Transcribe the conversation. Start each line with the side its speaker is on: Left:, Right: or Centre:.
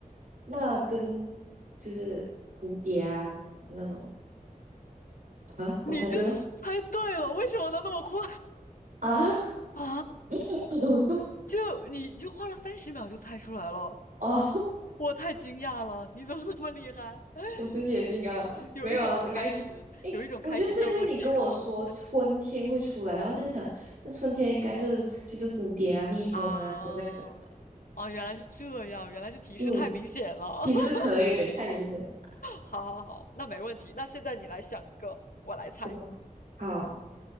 Right: 那跟就是蝴蝶啊那种啊，
Left: 你这是猜对了，
Right: 我猜对了
Left: 为什么能那么快
Right: 啊！
Left: <laughs> 啊？
Right: <laughs>
Left: 就你就花了三十秒就猜出来了。
Right: 哦，
Left: 我太惊讶了，你怎么那么厉害？
Right: 我是野金刚，
Left: <laughs> 有一种开始，
Right: 没有啊，应该是。诶，
Left: 有一种开始叫做结束
Right: 我觉得是因为你跟我说春天会出来，然后在想，那春天应该是就是蝴蝶啊、蜜蜂啊之类的。
Left: 啊！哦，原来是这样，原来是提示太明显了。
Right: 嗯，其实可能有点太明显。
Left: <laughs> 好好好，那没问题。那现在你来想一个，我来猜。
Right: 我。好，